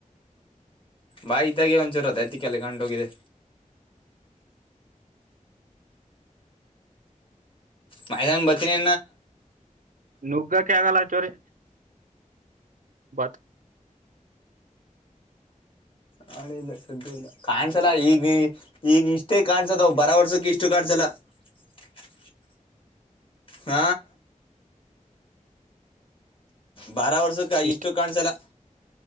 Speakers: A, on the left; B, on the right.
A: ಬಾಯಿತಾಗೆ ಒಂಚೂರು ಅದಐತಿ ಕೆಲ್ಲಿ ಕಂಡು ಹೋಗಿದೆ ಬೈ ಅನ್ನು ಇನ್ನ ಬರ್ತೀನಿ
B: ನುಗ್ಗ ಕಗಲ್ಲಚೋರಿ ಬತ್ತ
A: ಹಳ ಇಲ್ಲ ಸ್ದ್ಯ ಇಲ್ಲ ಕಾಣ್ಸಲ್ಲ ಈಗ ಈಗ ಇಷ್ಟೇ ಕಾಣ್ಸೋದ ಬರ ವರ್ಷಕ್ಕೆ ಇಷ್ಟು ಕಾಣ್ಸಲ್ಲ ಹ ಹ ಬರೋ ವರ್ಷಕ್ಕೆ
B: ಇಷ್ಟ
A: ಇಷ್ಟು ಕಾಣಸಲ್ಲ